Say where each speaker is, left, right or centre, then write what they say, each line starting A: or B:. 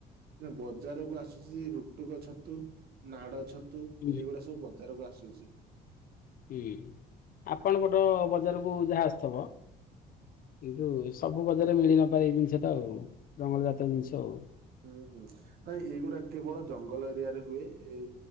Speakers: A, on the right (about 65°); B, on the left (about 55°).
A: ନା ବଜାରକୁ ଆସୁଛି ରୁଟୁକ ଛତୁ। ନାଡ଼ ଛତୁ
B: ହୁଁ
A: ଏଇ ଗୁଡ଼ା ସବୁ ବଜାରକୁ ଆସୁଚି।
B: ହି ଆପଣ ପଟ ବଜାରକୁ ଯାହା ଆସୁଥିବ। କିନ୍ତୁ ସବୁ ବଜାରରେ ମିଳି ନପାରେ ଏଇ ଜିନିଷ ଟା ଆଉ ଜଙ୍ଗଳ ଜାତୀୟ ଜିନିଷ ଆଉ।
A: ହୁଁ ହୁଁ ନାଇଁ ଏଇଗୁଡ଼ା କେବଳ ଜଙ୍ଗଲ ଏରିଆରେ ହୁଏ। ଏଇ